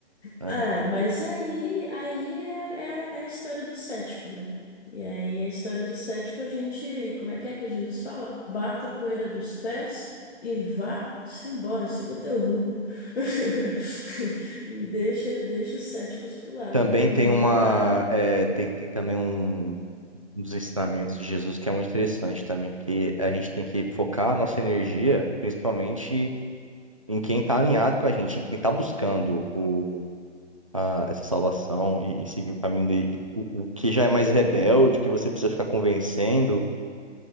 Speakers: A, on the right (about 30°); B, on the left (about 60°).
A: né?
B: Ah, mas aí, aí é, é a é a história do cético, né? E aí a história do cético, a gente, como é que é que Jesus fala? Bata a poeira dos pés e vá-se embora, siga o teu rumo. <laughs> E deixa, deixa os céticos pro lá,
A: Também
B: pra, pro,
A: tem uma,
B: pra lá.
A: é, tem, tem também um, um dos ensinamentos de Jesus que é muito interessante também, que a gente tem que focar a nossa energia, principalmente em quem está alinhado com a gente, em quem está buscando o, a- essa salvação e, e seguir o caminho dele. O, o que já é mais rebelde, que você precisa ficar convencendo.